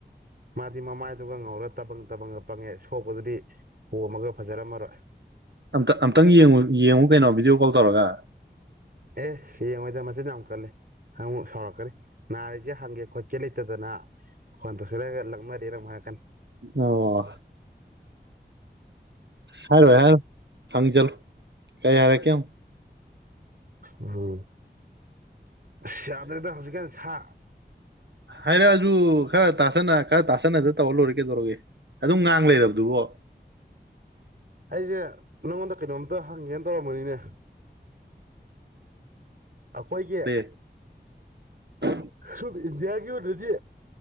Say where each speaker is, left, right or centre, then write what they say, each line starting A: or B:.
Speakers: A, on the right; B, on the right.
A: ꯃꯥꯗꯤ ꯃꯃꯥꯏ ꯑꯗꯨꯒ ꯉꯧꯔ ꯇꯕꯪ ꯇꯕꯪꯒ ꯄꯪꯉꯦ ꯁꯣꯛꯄꯗꯨꯗꯤ ꯄꯣꯝꯃꯒ ꯐꯖꯔꯝꯃꯔꯣꯏ
B: ꯑꯝꯇ ꯑꯝꯇꯪ ꯌꯦꯡꯉꯨ ꯌꯦꯡꯉꯨ ꯀꯩꯅꯣ ꯚꯤꯗꯤꯑꯣ ꯀꯣꯜ ꯇꯧꯔꯒ
A: ꯑꯦ ꯌꯦꯡꯉꯣꯏꯗ ꯃꯆꯤꯟ ꯌꯥꯝ ꯀꯜꯂꯦ ꯪ ꯑꯃꯨꯛ ꯁꯥꯎꯔꯛꯀꯅꯤ ꯅꯥꯔꯤꯁꯦ ꯍꯪꯒꯦ ꯈꯣꯠꯀꯦ ꯂꯩꯇꯗꯅ ꯐꯣꯟ ꯇꯧꯁꯤꯜꯂꯒ ꯂꯛꯅꯔꯤꯔ ꯃꯨ ꯌꯥꯏꯔꯛꯀꯟ
B: ꯑꯣ ꯍꯥꯏꯔꯣꯏ ꯍꯔ ꯐꯪꯖꯜ ꯀꯩ ꯍꯥꯏꯔꯛꯀꯦ ꯌꯦꯡꯉ
A: ꯎꯝ ꯑꯁ ꯌꯥꯗ꯭ꯔꯦꯗ ꯍꯧꯖꯤꯛꯀꯥꯟ ꯁꯥ
B: ꯍꯥꯏꯔꯛꯑꯖꯨ ꯈꯔ ꯇꯥꯁꯅ ꯈꯔ ꯇꯥꯁꯅꯗ ꯇꯧꯔ ꯂꯣꯏꯔꯦ ꯀꯩꯗꯧꯔꯒꯦ ꯑꯗꯨꯝ ꯉꯥꯡ ꯂꯩꯔꯕꯗꯨꯕꯣ
A: ꯑꯩꯖꯦ ꯅꯪꯉꯣꯟꯗ ꯀꯩꯅꯣꯝꯇ ꯍꯪꯒꯦꯟ ꯇꯧꯔꯝꯕꯅꯤꯅꯦ ꯑꯈꯣꯏꯒꯤ
B: ꯄ꯭ꯂꯦ <unintelligible>
A: ꯁꯨꯝ ꯏꯟꯗꯤꯌꯥꯒꯤ ꯑꯣꯏꯅꯗꯤ